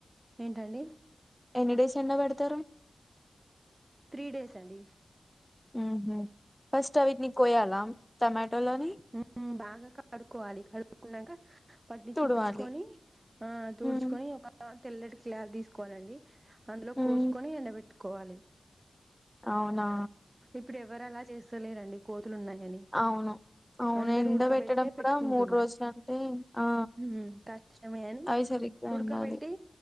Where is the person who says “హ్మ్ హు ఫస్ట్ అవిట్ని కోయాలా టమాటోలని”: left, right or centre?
Centre